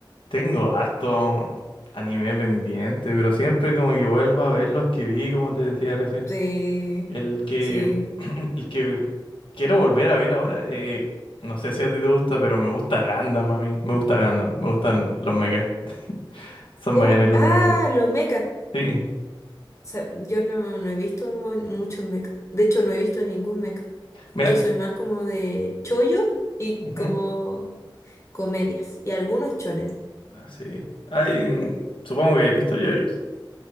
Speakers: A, on the left (about 80°); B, on the left (about 35°).
A: tengo harto anime pendiente, pero siempre como que vuelvo a ver los que vi, como te decía recién.
B: Sí,
A: El que,
B: sí.
A: <clears throat> el que quiero volver a ver ahora, eh, no sé si a ti te gusta, pero me gusta Gundam a mí. Me gusta Gundam, me gustan los megas. Son
B: ¿Cómo?
A: bacanes los
B: Ah,
A: megas.
B: los mechas.
A: Sí,
B: Sa- Yo no, no he visto mu- muchos mechas. De hecho, no he visto ningún mecha.
A: mira.
B: Yo soy más como de chollo y
A: ujú,
B: como comedias. Y algunos chonen.
A: ah, Sí. Ay, mm, supongo que habéis visto yoyos.